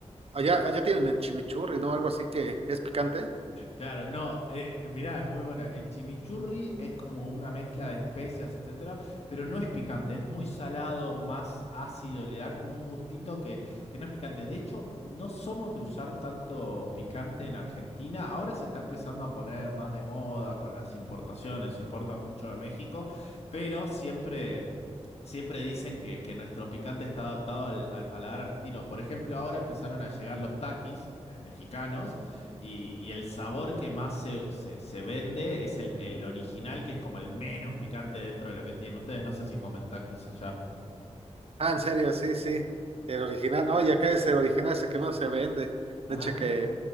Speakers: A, on the right; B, on the left.
A: Allá, allá tienen el chimichurri, ¿no? Algo así que es picante.
B: Claro, no, eh, mirá, es muy buena. El chimichurri es como una mezcla de especias, etcétera, pero no es picante, es muy salado, más ácido, le da como un gustito que, que no es picante. De hecho, no somos de usar tanto picante en Argentina. Ahora se está empezando a poner más de moda con las importaciones, se importa mucho de México, pero siempre. Siempre dicen que, que nuestro picante está adaptado al, al paladar argentino. Por ejemplo, ahora empezaron a llegar los taquis eh, mexicanos y, y el sabor que más se, se- se vende es el, el original, que es como el menos picante dentro de lo que tienen ustedes. No sé si comentan quizás allá.
A: Ah, en serio, sí, sí. El original, no, y acá es el original, es el que más se vende. De
B: Ah.
A: hecho, que,